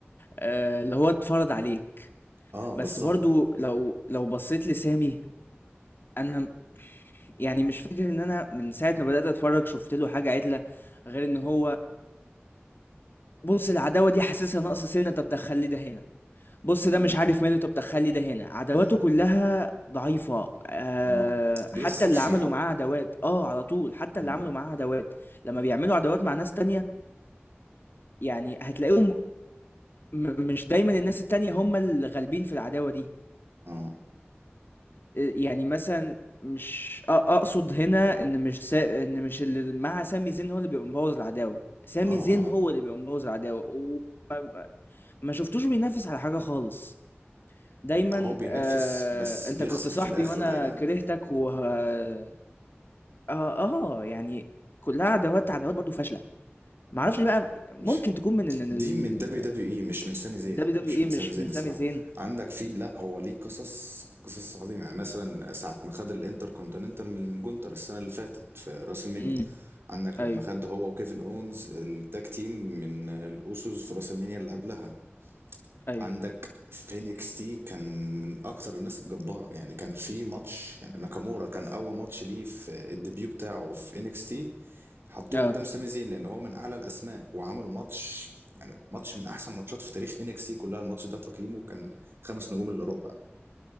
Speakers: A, on the left; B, on the right.
A: آه، اللي هو اتفرض عليك
B: اه
A: بس
B: بالظبط
A: برضو لو لو بصيت لسامي أنا م- يعني مش فاكر إن أنا من ساعة ما بدأت أتفرّج شُفت له حاجة عِدلة، غير إن هو بُص العداوة دي حاسسها ناقصة سِنّة، طَب دخّل لي ده هنا، بُص
B: امم
A: ده مش عارف ماله، طَب دخّل لي ده هنا، عداواته
B: امم
A: كلّها ضعيفة آآ،
B: اه بيخسر
A: حتى اللي
B: فيها
A: عملوا معاه عداوات آه، على طول، حتى
B: امم
A: اللي عملوا معاه عداوات، لمّا بيعملوا عداوات مع ناس تانية يعني هتلاقيهم م مش دايمًا الناس التانية هم اللي غالبين في العداوة دي،
B: اه
A: يعني مثلا مش أ- اقصد هنا ان مش سا... ان مش اللي مع سامي زين هو اللي بيبقى مبوظ العداوه سامي
B: اه
A: زين
B: اه
A: هو اللي بيبقى مبوظ العداوه وما ما ما شفتوش بينافس على حاجه خالص دايما
B: هو بينافس
A: آه...
B: بس
A: انت
B: بيخسر
A: كنت صاحبي
B: في الآخر
A: وانا
B: دايما
A: كرهتك و اه آه، يعني كلها عداوات عداوات برضو فاشله ما اعرفش بقى ممكن
B: مش
A: تكون من ان
B: دي
A: ال
B: من الدبليو دبليو اي مش من سامي زين
A: دبليو دبليو
B: مش
A: اي
B: من
A: مش
B: سامي زين
A: من سامي
B: الصراحه
A: زين
B: عندك في لا هو ليه قصص قصص عظيمه يعني مثلا ساعه ما خد الانتر كونتيننتال من جونتر السنه اللي فاتت في راس المنيا
A: امم
B: عندك
A: ايوه
B: لما خد هو وكيفن اونز التاج تيم من الاوسوس في راس المنيا اللي قبلها
A: ايوه
B: عندك في انكس تي كان من اكتر الناس الجباره يعني كان في ماتش يعني ناكامورا كان اول ماتش ليه في الديبيو بتاعه في انكس تي حطوه
A: اه
B: قدام سامي زين لان هو من اعلى الاسماء وعملوا ماتش يعني ماتش من احسن ماتشات في تاريخ انكس تي كلها الماتش ده تقييمه كان خمس نجوم الا ربع